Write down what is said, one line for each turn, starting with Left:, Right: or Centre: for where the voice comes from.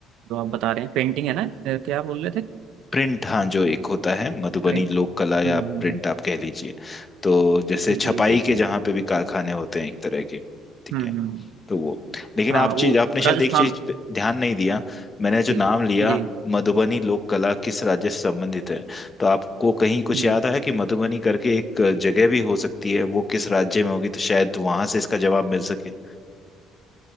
Right: जो आप बता रहे हैं पेंटिंग है ना अ, क्या बोल रहे थे
Left: प्रिंट हाँ जो एक होता है मधुबनी
Right: प्रिंट
Left: लोक कला या
Right: हम्म हम्म,
Left: प्रिंट
Right: हम्म,
Left: आप कह लीजिए तो जैसे
Right: हम्म।
Left: छपाई
Right: जी जी
Left: के
Right: जी
Left: जहाँ पे भी कारखाने होते हैं एक तरह के ठीक
Right: हम्म
Left: है
Right: हम्म हम्म।
Left: तो वो लेकिन
Right: हाँ
Left: आप
Right: वो
Left: चीज आपने
Right: राजस्थान
Left: शायद एक चीज पे ध्यान नहीं दिया मैंने जो
Right: जी
Left: नाम लिया
Right: जी
Left: मधुबनी लोक कला किस राज्य से संबंधित है तो आपको कहीं कुछ
Right: हम्म,
Left: याद आया कि मधुबनी करके एक जगह भी हो सकती है वो किस राज्य में होगी तो शायद वहां से इसका जवाब मिल सके